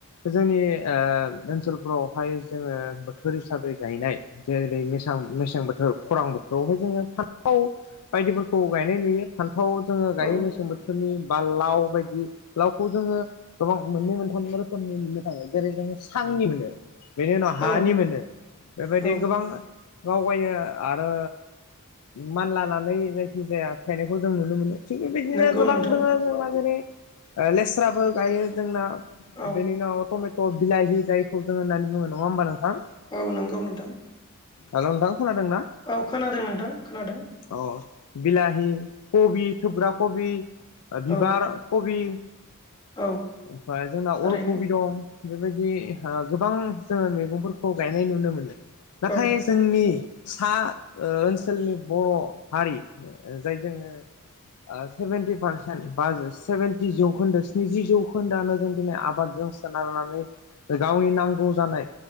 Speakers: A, on the left; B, on the left.
A: जोंनि ओ ओनसोलफ्रावहाय जोङो बोथोर हिसाबै गायनाय जेरै मेसां मेसें बोथोर खरां बोथोरावहाय जोङो फान्थाव बायदिफोरखौ गायनाय नुयो फान्थ जोङो
B: औ
A: गायो
B: औ
A: मेसें बोथोरनि बा लाव बायदि लावखौ जोङो गोबां मोननै मोनथाम रोखोमनि मोननो थाङो जेरै जोङो सांनि मोनो बेनि उनाव हानि
B: औ
A: मोनो बेबायदि
B: औ
A: गोबां दावगायो आरो मान लानानै जायखि जाया गायनायखौ जों नुनो मोनो। थिग बेबायदिनो
B: नंगौ
A: गोबां
B: नोंथां
A: दङ जोंहा जेरै ओ लेस्राबो गायो जोंना।
B: औ
A: बेनि उनाव थमे थ' बिलाहि जायखौ जों होननानै बुङो नङा होमबा नोंथां?
B: औ नंगौ नोंथां
A: हेलौ नोंथां खोनादोंना
B: औ खोनादों नोंथां खोनादों
A: औ बिलाहि कबि थोब्रा खबि बिभार
B: औ
A: कबि
B: औ
A: ओमफ्राय जोंना
B: थारैनो
A: अल कबि दं बेबायदि गोबां जोंङो मैगंफोरखौ गायनाय नुनो मोनो नाथाय
B: औ
A: जोंनि सा ओनसोलनि बर हारि जाय जोंङो सेभेेनटि पारसेन्ट बा सेभेेनटि जौखोन्दो स्निजि जौखोन्दोआानो जों दिनै आबादजों सोनारनानै गावनि नांगौ जानाय